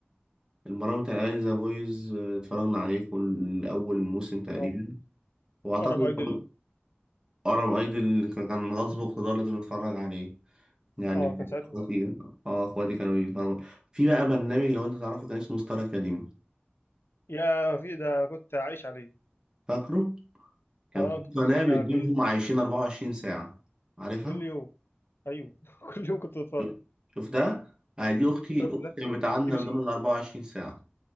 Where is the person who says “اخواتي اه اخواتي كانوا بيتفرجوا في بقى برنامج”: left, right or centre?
Right